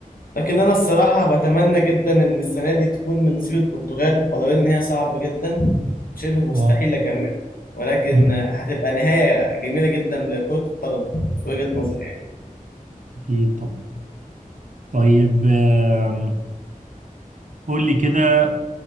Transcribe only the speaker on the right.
اه
مم.
اكيد طبعا طيب آم، قول لي كده